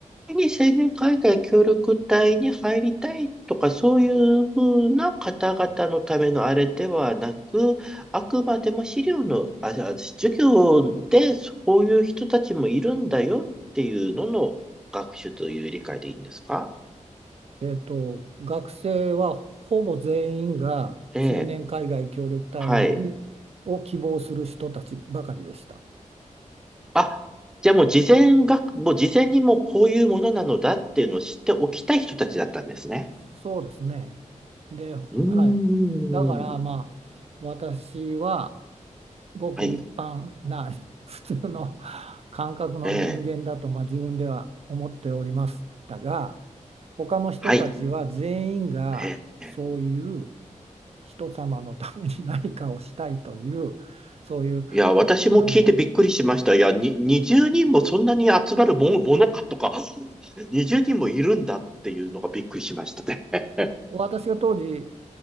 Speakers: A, in the centre; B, on the right.
A: に青年海外協力隊に入りたいとか、そういうふうな方々のためのあれではなく、あくまでも資料の、あ、あ授業でそういう人たちもいるんだよっていうのの学習という理解でいいんですか
B: えっと、学生はほぼ全員が青年海外協力隊員に
A: ええ、はい。
B: を希望する人たちばかりでした。
A: あ、じゃあもう事前学、もう事前にもうこういうものなのだっていうのを知っておきたい人たちだったんですね。
B: そうですね。で、はい。
A: うーん。
B: だからまあ私はごく一般な
A: はい。
B: <laughs> 普通の感覚の人間だとまあ自分では思っておりましたが
A: ええ。
B: 他の人たちは全員がそういう
A: はい。ええ
B: 人様のために何かをしたいというそういう
A: いや、私も聞いてびっくりしました。
B: あの
A: いや、に、20人もそんなに集まるも、ものかとか、<laughs> 20人もいるんだっていうのがびっくりしましたね。<laughs>
B: 私が当時